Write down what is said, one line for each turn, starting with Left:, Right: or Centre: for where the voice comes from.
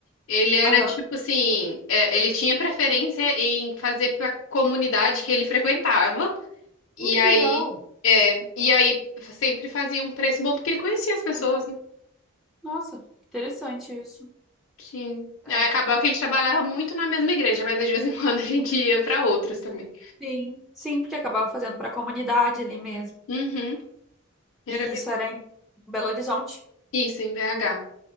Left: Ele era
Centre: aham.
Left: tipo assim, é, ele tinha preferência em fazer pra comunidade que ele frequentava. E
Centre: Ai, que
Left: aí,
Centre: legal.
Left: é, e aí sempre fazia um preço bom porque ele conhecia as pessoas,
Centre: Aham.
Left: né?
Centre: Nossa, interessante isso.
Left: Sim.
Centre: É.
Left: Aí acabava que a gente trabalhava muito na mesma igreja, mas de vez em quando a gente ia pra outras também.
Centre: Sim, sim, porque acabava fazendo para a comunidade ali mesmo.
Left: Uhum. Era
Centre: E
Left: bem
Centre: isso
Left: bacana.
Centre: era em Belo Horizonte.
Left: Isso, em BH.